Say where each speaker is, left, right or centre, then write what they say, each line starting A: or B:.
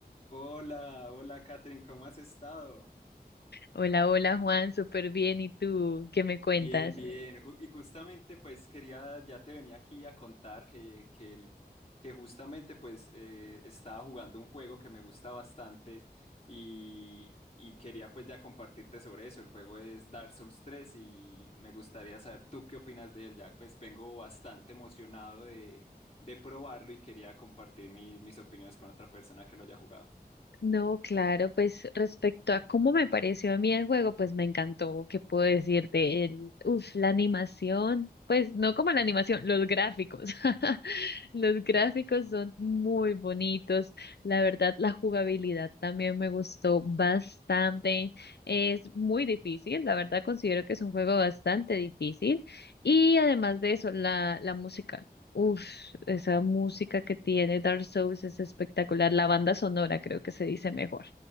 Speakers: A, on the left (about 40°); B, on the left (about 85°).
A: Hola, hola Catherine, ¿cómo has estado?
B: Hola, hola Juan, súper bien. ¿Y tú qué me cuentas?
A: Bien, bien. Ju- y justamente pues quería, ya te venía aquí a contar que, que, el- que justamente pues eh, estaba jugando un juego que me gusta bastante y, y quería pues ya compartirte sobre eso. El juego es Dark Souls tres y me gustaría saber tú qué opinas de él. Ya pues vengo bastante emocionado de, de probarlo y quería compartir mi- mis opiniones con otra persona que lo haya jugado.
B: No, claro, pues respecto a cómo me pareció a mí el juego, pues me encantó. ¿Qué puedo decirte? El, uf, la animación, pues no como la animación, los gráficos. <laughs> Los gráficos son muy bonitos. La verdad, la jugabilidad también me gustó bastante. Es muy difícil, la verdad considero que es un juego bastante difícil. Y además de eso, la, la música. Uf, esa música que tiene Dark Souls es espectacular. La banda sonora creo que se dice mejor.